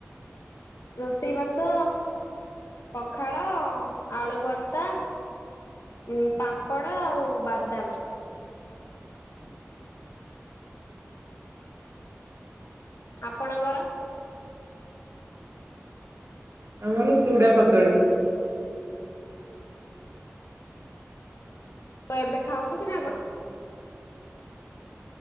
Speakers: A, on the left; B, on the right.
A: ରୋଷେଇ ବାସ ପଖାଳ, ଆଳୁ ଭର୍ତ୍ତା। ଉଁ ପାମ୍ପଡ ଆଉ ବାଦାମ୍। <inaudible> ଆପଣଙ୍କର?
B: ଆମର ଚୁଡା କଦଳୀ।
A: ତ ଏବେ ଖାଉଚନ୍ତି ନା କଣ?